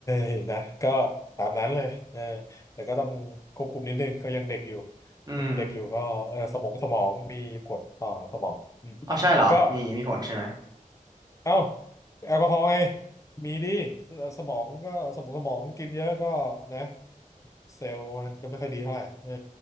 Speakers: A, on the left; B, on the right.
A: ยนะก็ตามนั้นเลยเออแต่ก็ต้องควบคุมนิดนึงเขายังเด็กอยู่
B: อืม
A: ยังเด็กอยู่ก็เออสมองสมองมีผลต่อสมองอืม
B: เอาใช่เหรอมีมีผลใช่ไหม
A: ก็ เอ้าแอลกอฮอล์ไงมีดิสสมองก็สมองสมองกินเยอะก็นะเซลล์มันก็ไม่ค่อยดีเท่าไหร่เออ